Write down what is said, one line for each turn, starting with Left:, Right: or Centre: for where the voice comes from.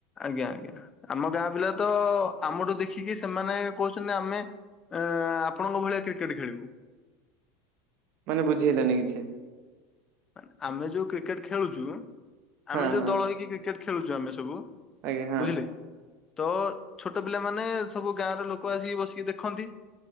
Left: ଆଜ୍ଞା ଆଜ୍ଞା ଆମ ଗାଁ ପିଲା ତ ଆମଠୁ ଦେଖିକି ସେମାନେ କହୁଛନ୍ତି ଆମେ ଏ ଆପଣଙ୍କ ଭଳିଆ କ୍ରିକେଟ ଖେଳିବୁ।
Right: ମାନେ ବୁଝି ହେଲାନି କିଛି?
Left: ମାନେ ଆମେ ଯୋଉ କ୍ରିକେଟ ଖେଳୁଛୁ
Right: ହଁ
Left: ଆମେ ଯୋଉ
Right: ହଁ
Left: ଦଳ ହେଇକି କ୍ରିକେଟ ଖେଳୁଛୁ ଆମେ ସବୁ
Right: ଆଜ୍ଞା ହଁ
Left: ବୁଝିଲେ? ତ ଛୋଟ ପିଲାମାନେ ସବୁ ଗାଁ ର ଲୋକ ଆସିକି ବସିକି ଦେଖନ୍ତି।